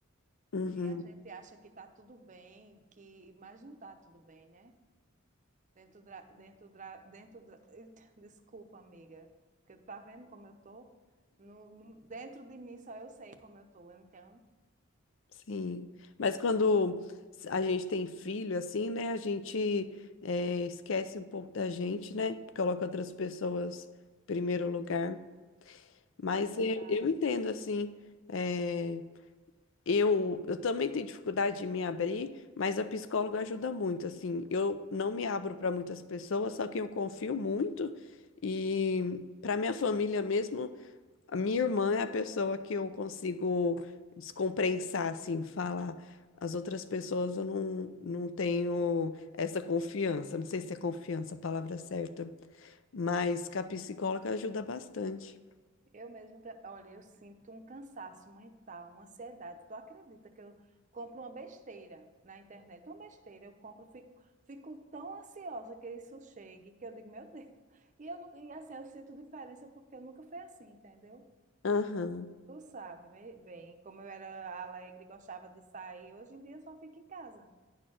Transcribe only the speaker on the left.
Uhum,
sim. Mas quando a gente tem filho, assim, né? A gente eh, esquece um pouco da gente, né? Coloca outras pessoas em primeiro lugar. Mas
eu, eu entendo, assim. eh, Eu, eu também tenho dificuldade de me abrir, mas a psicóloga ajuda muito, assim. Eu não me abro para muitas pessoas, só que eu confio muito e para minha família mesmo, a minha irmã é a pessoa que eu consigo descompensar, assim, falar. As outras pessoas eu não, não tenho essa confiança. Não sei se é confiança a palavra certa, mas que a psicóloga ajuda bastante.
Aham.